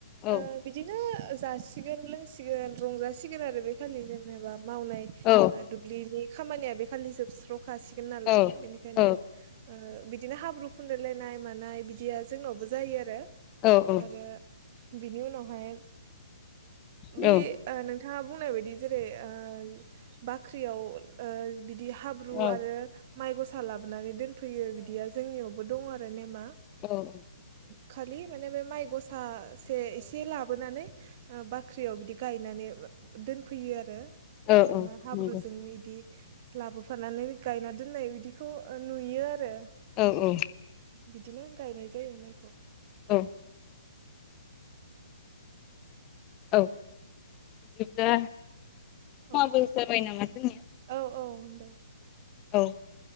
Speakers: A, on the left; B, on the right.
A: औ
B: ओ बिदिनो जासिगोन लोंसिगोन रंजासिगोन आरो बे खालि जेनेबा मावनाय
A: औ
B: ओ दुब्लिनि खामानिया बे खालि जोबस्र खासिगोन नालाय
A: औ
B: बिनिखायनो
A: औ
B: ओ बि बिदिनो हाब्रु फुनलालायनाय मानाय बिदिया जोंनावबो जायो आरो।
A: औ औ
B: आरो बिनि उनावहाय बै
A: औ
B: ओ नों नोंथाङा बुंनाय बायदि जेरै ओ बाख्रियाव ओ बि बिदि हाब्रु
A: औ
B: आरो माइ गसा लाबोनानै दोन फैयो बिदिया जोंनियाव बो दङ आरो नेमा
A: औ औ
B: खालि माने बे माइ गसा से एसे लाबोनानै बाख्रियाव बिदि गायनानै दोनफैयो आरो
A: औ
B: ना हाब्रुजों
A: नंगौ
B: इदि लाबोफानानै गायना दोननाय बिदिखौ नुयो आरो
A: औ औ
B: बिदिनो गायनाय जायो माइखौ
A: औ औ बिदिनो समाबो
B: औ
A: जाबाय नामा जोंनिया
B: औ <inaudible>
A: औ दे